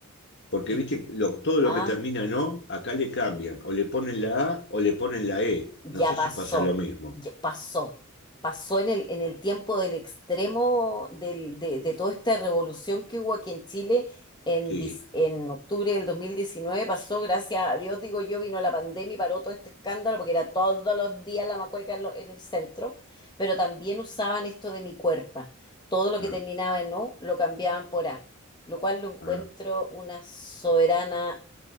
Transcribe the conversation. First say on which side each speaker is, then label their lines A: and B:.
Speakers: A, on the left; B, on the left.
A: Porque
B: Mi-
A: viste, lo- todo lo
B: Ah,
A: que termina en O, acá le cambian, o le ponen la A o le ponen la E.
B: Ya
A: No sé
B: pasó,
A: si pasa lo mismo.
B: ya pasó, pasó en el, en el tiempo del extremo del- de, de toda esta revolución que hubo aquí en Chile en,
A: Sí,
B: dis- en octubre del 2019 pasó, gracias a Dios, digo yo, vino la pandemia y paró todo este escándalo porque era todos los días la macueca en, lo- en el centro, pero también usaban esto de mi cuerpo, todo lo que
A: ah,
B: terminaba en O lo cambiaban por A, lo cual lo encuentro
A: ah.
B: una soberana